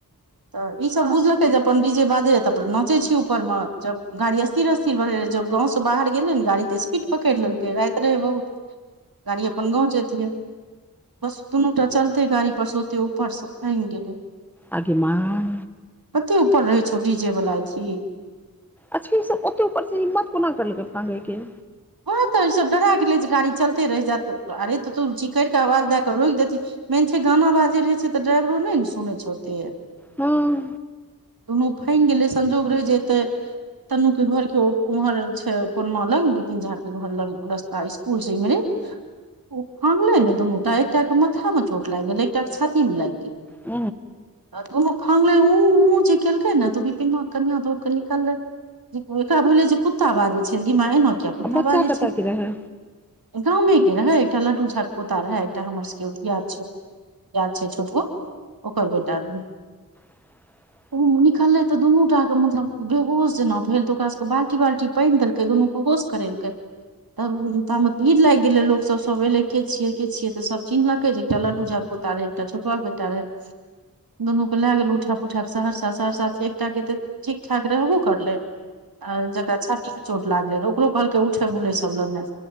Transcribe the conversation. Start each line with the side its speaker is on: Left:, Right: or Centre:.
Right: त ई सब बुझलकै जे अपन डी जे बाजे त अपन नाचे छी ऊपर मे जब गाड़ि स्थिरे स्थिर बढे रहे जब गाँव सँ बाहर गेले ने गाड़ी त स्पीड पकइड़ लेलकै राइत रहै बहुत गाड़ी अपन गाँव जतीय बस दुनू टा चलते गाड़ी पर ओते ओ परस फांइग गेले
Centre: आगेमाय
Right: कते ऊपर रहै छौ डीजे वला अथी
Centre: अच्छा इ सब ओते ऊपर से हिम्मत कोना करलकै फांगे के
Right: हं त ई सब डरा गेलै जे गाड़ी चलते रहि जायत अरे त तू चिकर क आवाज दए क रोक देती मेन छै गाना बाजै रहै छै त ड्राइवरो नय ने सुनै छै ओते
Centre: हँ
Right: दुनू फइंग गेलै संजोग रहे जे येते तनु के घर उहर छै कोनमा लग झा के घर लग रस्ता स्कुल से इमेरे ओ फांगलै ने दुनूटा एकटा के माथा मे चोट लाग गेलय एकटा के छाति में लाग गेल
Centre: आ
Right: आ दुनू फांगलै उ उ जे केलकै ने बिपीनमा के कनिआ दौड़ क निकललै एकरा भेले जे कुत्ता बाजै छै कि गे माय एना किया कुत्ता
Centre: बच्चा
Right: बाजे
Centre: कतऽ
Right: छै
Centre: के रहै
Right: गाँमे के रहय एकटा लडू झा क पोता रहे एकटा हमरा सके दियाद छै छोटू ओकर बेटा रहे
Centre: ह <inaudible>
Right: उ निकललै त दुनू टा के मतलब बेहोश जेना भेल त ओकरा सबके बाल्टी बाल्टी पइन देलकै दुनू के होश करेल के तब ता मे भीड़ लाइग गेले लोक सब येले के छिय के छिये त सब चिन्हलके जे एकटा लड्डू झा पोता रहय एकटा छोटवा के बेटा रहे दुनू के लए गेल उठा पुठा सहरसा सहरसा एकटा क ठीक ठाक रहबो करले आ जकरा छाती मे चोट लागै रह ओकरो कहलके उठे बुलै सब ले ने